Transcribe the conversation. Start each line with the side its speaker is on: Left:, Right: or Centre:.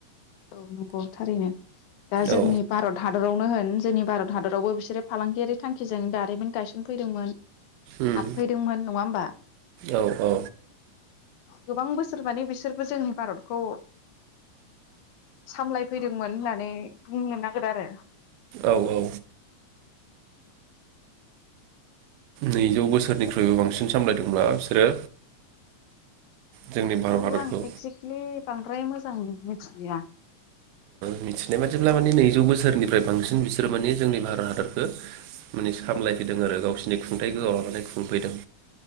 Left: औ नंगौ थारैनो दा जोंनि
Right: औ
Left: भारत हादरावनो होन जोंनि भारत हादर आवबो बिसोरो फालांगियारि थांखिजों दारिमिन गायसनफैदोंमोन।
Right: उम
Left: हाबफैदोंमोन नङा होमबा?
Right: औ औ
Left: गोबां बोसोर मानि बिसोरबो जोंनि भारतखौ सामलायफैदोंमोन होननानै बुंनो नांगोन आरो
Right: औ- औ।
Left: औ।
Right: नैजौ बोसोरनिख्रुइबो बांसिन सामलायदोंब्ला बिसोरो। जोंनि
Left: बेखौ
Right: भारत हादरखौ
Left: आं एक्जेक्टलि बांद्राय मोजां मिथिलिया
Right: मिथिनाय बादिब्ला माने नैजौ बोसोरनिफ्राय बांसिन बिसोरो माने जोंनि भारत हादरखौ माने सामलायफैदों आरो गावसिनि खुंथाइ गोहोआव लानानै खुंफैदों।